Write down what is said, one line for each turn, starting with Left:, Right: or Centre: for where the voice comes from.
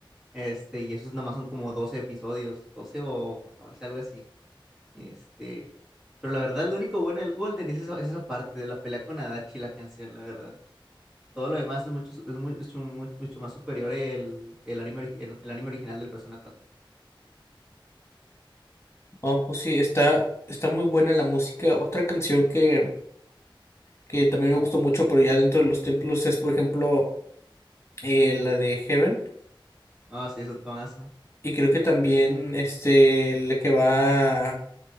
Centre: Este, y esos nada más son como 12 episodios, 12 o catorce algo así. Este, pero la verdad, lo único bueno del Golden es esa, es esa parte de la pelea con Adachi, la canción, la verdad. Todo lo demás es mucho, su- es mu- mucho, mu- mucho más superior el, el anime, origi- el, el anime original del Persona cuatro
Left: No, pues sí, está, está muy buena la música. Otra canción que, que también me gustó mucho, pero ya dentro de los templos es, por ejemplo, eh, la de Heaven.
Centre: Ah, sí, es un tomazo.
Left: Y creo que también este, la que va.